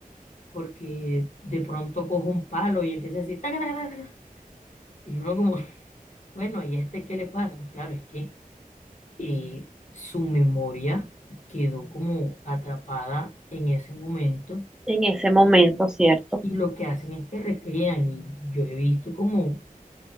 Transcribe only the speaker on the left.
porque de pronto coge un palo y empieza a decir, taca, taca, taca, taca". y uno como, <laughs> bueno, ¿y este qué le pasa? Claro, es que eh, su memoria quedó como atrapada en ese momento
y
y lo que hacen es que recrean y yo he visto como